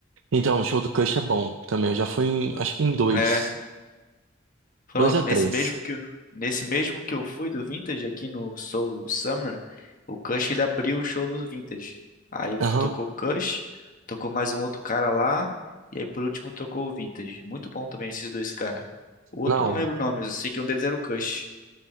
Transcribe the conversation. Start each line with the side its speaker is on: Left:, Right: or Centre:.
Right: Então, o show do Kush é bom também. Eu já fui, em, acho que em dois.
Left: É, pronto,
Right: Dois ou
Left: nesse
Right: três.
Left: mesmo que eu, nesse mesmo que eu fui do Vintage aqui no Soul Summer, o Kush ele abriu o show do Vintage. Aí
Right: Aham.
Left: tocou Kush, tocou mais um outro cara lá, e aí por último tocou o Vintage. Muito bom também esses dois caras. O outro
Right: Não.
Left: eu não lembro o nome, eu sei que um deles era o Kush.